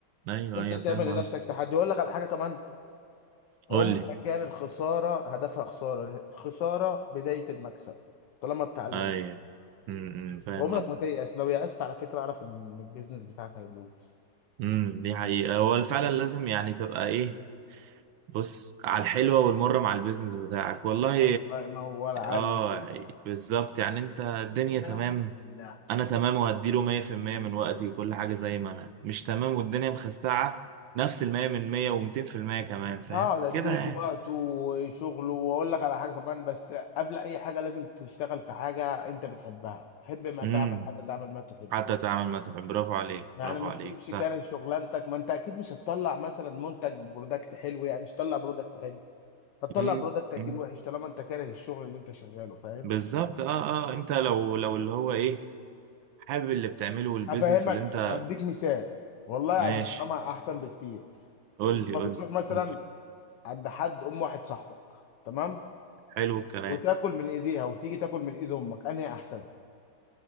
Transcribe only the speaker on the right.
ايوه
ايوه
فاهم
قصدي
قول لي
ايوه امم أمم، فاهم
قصدي
امم دي حقيقة هو فعلا لازم يعني تبقى ايه بص على الحلوة والمرة مع البيزنس بتاعك والله
اه بالظبط يعني انت الدنيا تمام
انا تمام وهديله 100% من وقتي وكل حاجة زي ما انا مش تمام والدنيا مخستعة نفس المية من مية ومتين في المية كمان فاهم
كده يعني
امم
حتى تعمل ما تحب برافو عليك
برافو
عليك
صح
امم
أمم.
بالظبط اه اه انت لو لو اللي هو ايه حابب اللي بتعمله والبيزنس
اللي انت
ماشي
قول
لي قول
لي
قول لي
حلو الكلام